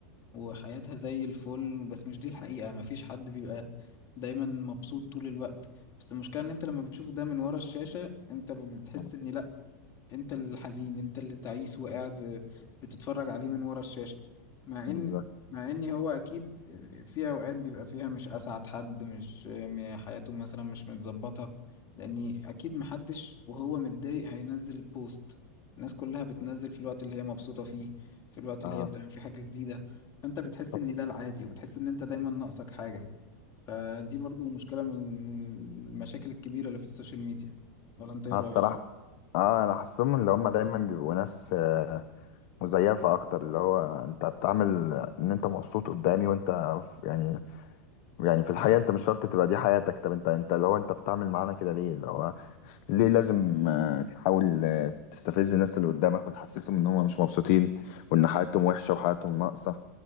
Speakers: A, on the left; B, on the left.
A: وحياتها زي الفل بس مش دي الحقيقة مفيش حد بيبقى دايما مبسوط طول الوقت بس المشكلة ان انت لما بتشوف ده من ورا الشاشة انت بتحس
B: آه،
A: ان لا انت الحزين انت اللي تعيس وقاعد بتتفرج عليه من ورا الشاشة مع
B: بالظبط
A: ان مع ان هو اكيد في اوقات بيبقى فيها مش اسعد حد مش م- حياته مثلا مش متظبطة لاني اكيد محدش وهو متضايق هينزل بوست الناس كلها بتنزل في الوقت اللي هي مبسوطة فيه في الوقت اللي
B: اه
A: هي بتعمل فيه حاجة جديدة فانت بتحس
B: بس
A: ان ده العادي وبتحس ان انت دايما ناقصك حاجة فدي برضو مشكلة من المشاكل الكبيرة اللي في السوشيال ميديا ولا انت ايه
B: اه
A: رأيك؟
B: الصراحة اه انا حاسسهم اللي هم دايما بيبقوا ناس آه، مزيفة اكتر اللي هو انت بتعمل ان انت مبسوط قدامي وانت ف- يعني يعني في الحقيقة انت مش شرط تبقى دي حياتك طب انت انت اللي هو انت بتعمل معانا كده ليه اللي هو ليه لازم آه، تحاول آه، تستفز الناس اللي قدامك وتحسسهم ان هم مش مبسوطين وان حياتهم وحشة وحياتهم ناقصة